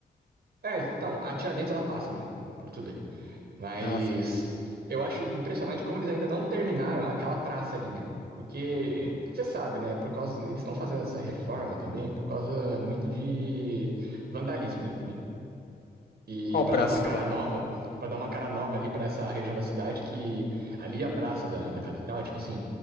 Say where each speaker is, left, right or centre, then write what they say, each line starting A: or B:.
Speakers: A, on the right (about 75°); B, on the left (about 65°).
A: É, então, a Tiradentes ela passa, né? Por tudo ali. Mas
B: Ah, sim.
A: eu acho impressionante como eles ainda não terminaram aquela praça ali, né? Porque você sabe, né? Por causa eles estão fazendo essa reforma também por causa muito de vandalismo, né? Também. E
B: Qual
A: para
B: praça
A: dar uma
B: você
A: cara
B: tava?
A: nova, para dar uma cara nova ali para essa região da cidade, que ali a praça da, da catedral, é tipo assim,